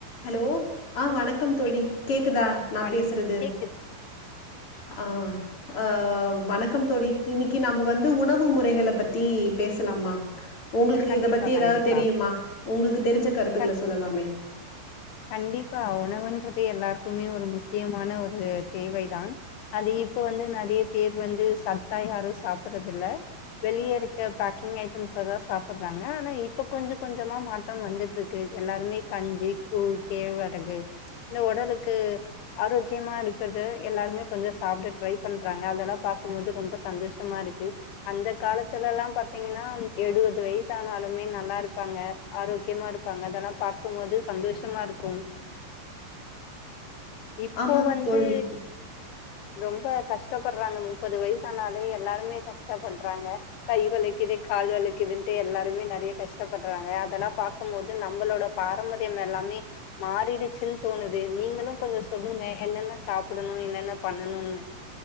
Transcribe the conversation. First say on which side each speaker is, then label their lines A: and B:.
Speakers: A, on the left; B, on the left.
A: ஹலோ ஆ வணக்கம் தோழி
B: கேக்
A: கேக்குதா நா
B: பண்ணு
A: பேசுறது
B: கேக்குது
A: ஆ அ வணக்கம் தோழி இன்னிக்கு நாம்ப வந்து உணவு முறைகள பத்தி பேசலாமா உங்குளுக்கு
B: கண்டிப்பா
A: இத பத்தி
B: கண்டிப்பா
A: எதாது தெரிமா உங்குளுக்கு தெரிஞ்ச கருத்துக்கள
B: க
A: சொல்லலாமே
B: கண்டிப்பா உணவுன்றது எல்லாருக்குமே ஒரு முக்கியமான ஒரு தேவைதான் அது இப்ப வந்து நிறைய பேர் வந்து சத்தா யாரு சாப்புர்றது இல்ல வெளிய இருக்க பேக்கிங் ஐட்டம்ஸ தா சாப்புட்றாங்க ஆனா இப்ப கொஞ்ச கொஞ்சமா மா மாற்றம் வந்துட்ருக்கு எல்லாருமே கஞ்சி கூ கேழ்வரகு இந்த ஒடலுக்கு ஆரோக்கியமா இருக்கது எல்லாருமே கொஞ்சோ சாப்ட ட்ரை பண்றாங்க அதெல்லா பாக்கம்போது ரொம்ப சந்தோஷ மா இருக்கு அந்த காலத்துலலா பாத்தீங்கனா எழுவது வய்சு ஆனாலுமே நல்லாருப்பாங்க ஆரோக்கியமா இருப்பாங்க அதலா பாக்கும்போது சந்தோஷமாருக்கு இப்போ
A: ஆமாங்
B: வந்து
A: தோழி
B: ரொம்ப கஷ்டப்பட்றாங்க முப்பது வய்சானாலே எல்லாருமே கஷ்ட பட்றாங்க கை வலிக்குது கால் வலிக்குதுன்ட்டு எல்லாருமே நறைய கஷ்டப்பட்றாங்க அதெல்லா பாக்கும்போது நம்மளோட பாரம்பர் <inaudible> எல்லாமே மாறிடுச்சுன் தோணுது நீங்களு கொஞ்சோ சொல்லுங்க என்னென்ன சாப்புடுணு என்னென்ன பண்ணணும்னு